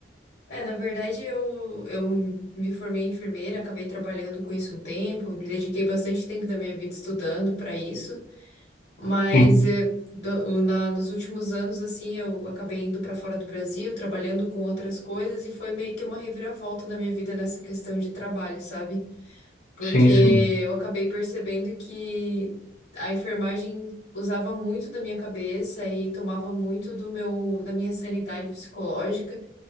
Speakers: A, on the left; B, on the left.
A: É, na verdade, eu, eu me formei em enfermeira, acabei trabalhando com isso um tempo, me dediquei bastante tempo da minha vida estudando para isso. Mas
B: Sim,
A: eh, do- o- na- nos últimos anos, assim, eu acabei indo para fora do Brasil, trabalhando com outras coisas, e foi meio que uma reviravolta na minha vida nessa questão de trabalho, sabe? Porque
B: sim,
A: eu
B: sim.
A: acabei percebendo que a enfermagem usava muito da minha cabeça e tomava muito do meu, da minha sanidade psicológica.